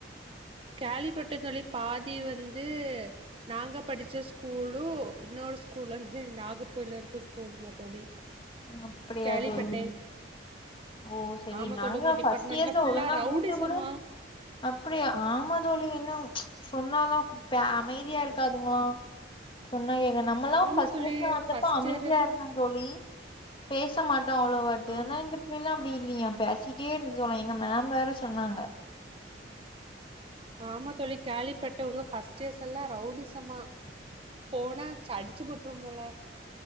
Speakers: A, on the right; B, on the left.
A: கேள்விப்பட்டே தோழி பாதி வந்து நாங்க படிச்ச ஸ்கூல்லு இன்னொரு ஸ்கூல்லருந்து நாகர்கோயிலருக்க ஸ்கூலுமா தோழி
B: ம் அப்டியா
A: கேள்விப்பட்டேன்
B: தோழி ஓ செரி
A: ஆமா
B: நாங்க
A: தோழி உங்க
B: ஃபர்ஸ்ட்
A: டிபார்ட்மெண்ட்ல
B: இயர்ஸ்ல
A: ஃபுல்லா
B: ஒழுங்கா
A: ரவுடிசமா
B: மூஞ்ச கூட அப்புடியா ஆமா தோழி இன்னு சொன்னாலா பே அமைதியா இருக்காதுங்ளா சொன்னா ஏக நம்மல்லா
A: ஆமா
B: ஃபர்ஸ்ட்
A: தோழி
B: பிளேஸ்ல வந்தப்ப
A: ஃபர்ஸ்ட்
B: அமைதியா
A: இயர்ல இருந்து
B: இருந்தோ தோழி பேச மாட்டோ அவ்ளோவாட்டி
A: ஆமா
B: ஆனா இந்த பிள்ளைங்லா அப்டி இல்லையா பேசிட்டே இருந்தோல எங்க மேம் வேற சொன்னாங்க
A: ஆமா தோழி கேளிப்பட்டே ஒங்க ஃபர்ஸ்ட் இயர்ஸ் எல்லா ரௌடிசமா போனா ச அடிச்சு போட்ரு போல